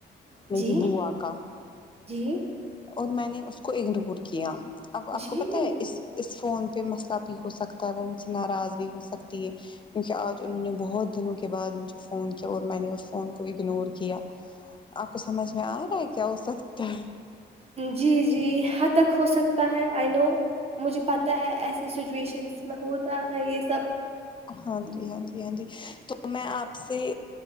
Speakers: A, on the left; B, on the right.
A: میری
B: جی
A: بوا کا
B: جی
A: اور میں نے اس کو اگنور کیا اب آپ
B: جی
A: کو پتا ہے اس اس فون پہ مسئلہ بھی ہو سکتا ہے وہ مجھ سے ناراض بھی ہو سکتی ہے کیونکہ آج انہوں نے بہت دنوں کے بعد مجھے فون کیا اور میں نے اس فون کو اگنور کیا آپ کو سمجھ میں آ رہا ہے کیا ہو سکتا ہے
B: جی جی حد تک ہو سکتا ہے آئی نو مجھے پتہ ہے ایسی سچویشن جس میں ہوتا ہے یہ سب
A: ہاں جی ہاں جی جی ہاں جی تو میں آپ سے